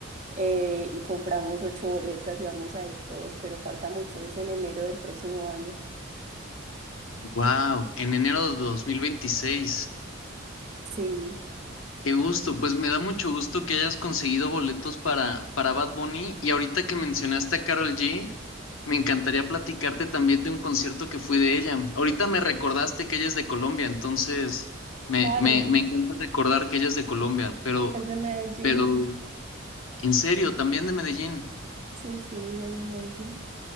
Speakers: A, on the right (about 35°); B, on the left (about 75°).
A: eh, y compramos ocho boletas y vamos a ir todos, pero falta mucho, es en enero del próximo año.
B: Wow, en enero de 2026.
A: Sí,
B: Qué gusto, pues me da mucho gusto que hayas conseguido boletos para, para Bad Bunny y ahorita que mencionaste a Carol G, me encantaría platicarte también de un concierto que fui de ella. Ahorita me recordaste que ella es de Colombia, entonces me,
A: claro,
B: me, me encanta recordar que ella es de Colombia, pero,
A: es de Medellín.
B: pero en serio, también de Medellín.
A: Sí, sí, ella es de Medellín.